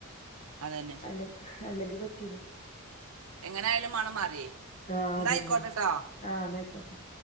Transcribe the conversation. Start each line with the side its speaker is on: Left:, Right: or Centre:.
Right: അതന്നെ
Left: അല്ലെ അല്ലെങ്കി പറ്റീന്
Right: എങ്ങനൊയാലും മണം മാറിയേ
Left: ആഹ്
Right: എന്നാ
Left: അതന്നെ
Right: ആയിക്കോട്ടെട്ടോ
Left: ആഹ് നയ്ക്കോട്ടെ